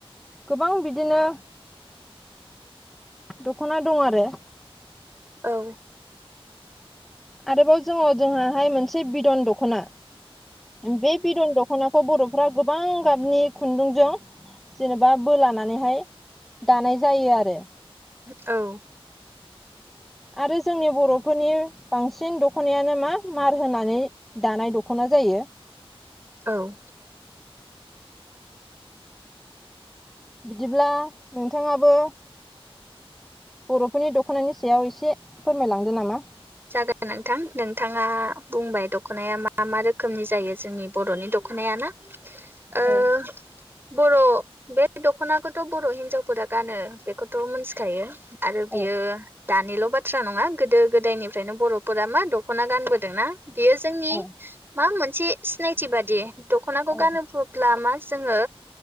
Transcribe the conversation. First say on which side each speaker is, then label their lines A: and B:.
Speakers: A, in the centre; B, on the right.
A: गोबां बिदिनो दख'ना दं आरो।
B: औ
A: आरोबाव जों अ जोंहाहाय मोनसे बिद'न दख'ना। बे बिद'न दख ख'नाखौ बर'फ्रा गोबां गाबनि खुन्दुंजों जेनेबा बोलानानैहाय दानाय जायो आरो।
B: औ
A: आरो जोंनि बर'फोरनि बांसिन दख'नायानो मा मार होनानै दानाय दख'ना जायो।
B: औ
A: बिदिब्ला नोंथाङाबो बर'फोरनि दख'नानि सायाव एसे फोरमायलांदो नामा।
B: जागोन नोंथां नोंथाङा बुंबाय दख'नाया मा मा रोखोमनि जायो जोंनि बर'नि दख'नाया ना?
A: औ
B: ओ बर' बे दख'नाखौथ' बर' हिनजावफोरा गानो बेखौथ' मोनथिखायो। आरो
A: औ
B: बियो दानिल' बाथ्रा नङा गोदो गोदायनि फ्रायनो बर'फोरा मा दख'ना गानबोदोंना बियो जोंनि
A: औ
B: मा मोनसे सिनायथि बादि दख'नाखौ
A: औ
B: गानो ब्ला मा जोङो